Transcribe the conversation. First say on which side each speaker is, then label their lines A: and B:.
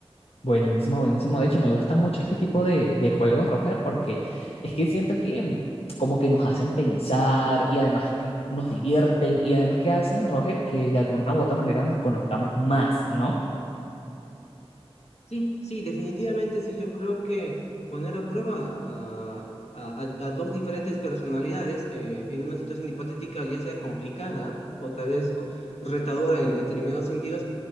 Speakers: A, on the left; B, on the left.
A: Buenísimo, buenísimo. De hecho, me gusta mucho este tipo de, de juegos, Roger, porque es que siento que mm, como que nos hacen pensar y además que nos divierten y además que hacen, Roger, que de alguna u otra manera nos conozcamos más, ¿no?
B: Sí, sí, definitivamente sí. Yo creo que poner a prueba a, a- a- a dos diferentes personalidades eh, en una situación hipotética, ya sea complicada o tal vez co- retadora en determinados sentidos,